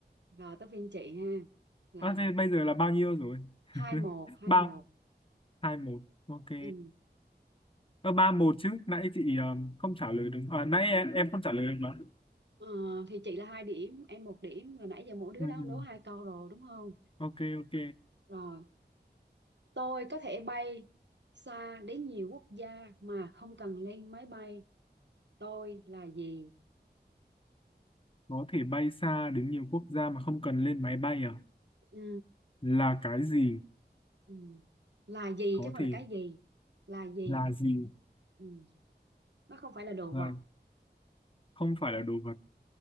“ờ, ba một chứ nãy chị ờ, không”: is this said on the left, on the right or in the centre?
Left